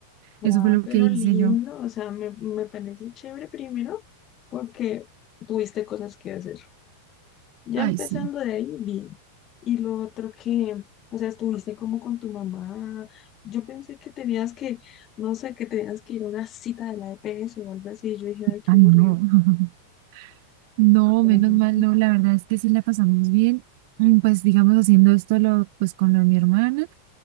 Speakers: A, on the left (about 30°); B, on the right (about 45°).
A: Ah,
B: Eso fue lo
A: pero
B: que hice
A: lindo.
B: yo.
A: O sea, me, me parece chévere primero porque tuviste cosas que hacer. Ya
B: Ay,
A: empezando
B: sí.
A: de ahí, bien. Y lo otro que, o sea, estuviste como con tu mamá. Yo pensé que tenías que, no sé, que tenías que ir a una cita de la EPS o algo así. Yo dije, ay, qué
B: Ay,
A: aburrido.
B: no. <laughs> No,
A: Pero
B: menos
A: no.
B: mal, no. La verdad es que sí la pasamos bien. Mm, Pues digamos haciendo esto lo, pues con lo de mi hermana.